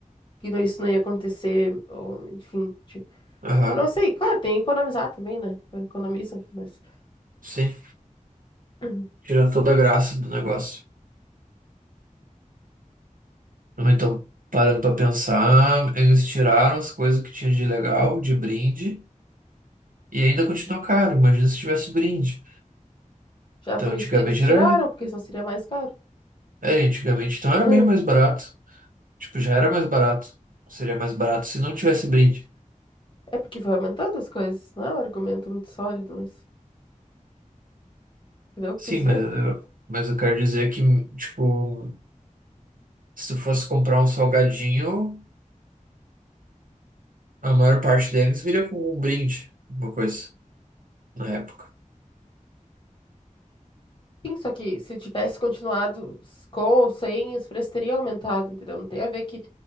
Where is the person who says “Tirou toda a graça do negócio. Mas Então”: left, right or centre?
Right